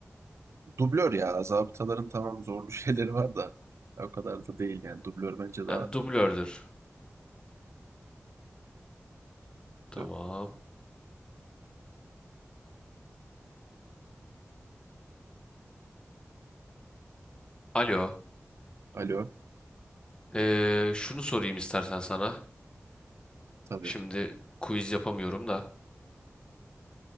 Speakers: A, on the right; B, on the left.
A: Dublör ya. Zabıtaların tamam zorlu <laughs> şeyleri var da o kadar da değil yani. Dublör bence daha...
B: Yani dublördür. Tamam.
A: evet.
B: Alo.
A: Alo.
B: Ee, şunu sorayım istersen sana.
A: Tabii.
B: Şimdi quiz yapamıyorum da.